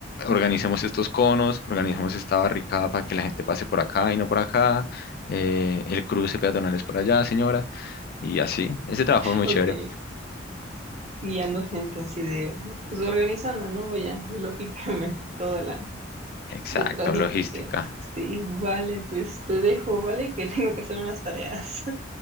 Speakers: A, on the left; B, on the right.
A: organicemos estos conos, organicemos esta barricada para que la gente pase por acá y no por acá, eh, el cruce peatonal es por allá, señora, y así. Ese trabajo fue muy
B: Ok,
A: chévere.
B: guiando gente así de, pues organizando, ¿no? Vaya, lógicamente, toda la
A: Exacto,
B: detrás del
A: logística.
B: concierto. Sí, vale, pues te dejo, ¿vale? Que <laughs> tengo que hacer unas tareas.